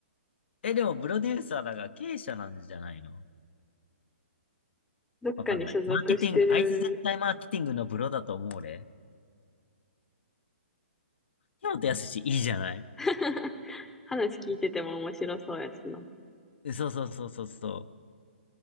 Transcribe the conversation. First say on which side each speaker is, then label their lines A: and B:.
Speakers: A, on the left; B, in the centre.
A: え、でも、プロデューサーだが経営者なんじゃないの
B: どっかに所属してる
A: わかんない。マーケティング、あいつ絶対マーケティングのプロだと思うで。秋元康いいじゃない
B: <laughs> 話聞いてても面白そうやしな。
A: えそうそうそうそうそ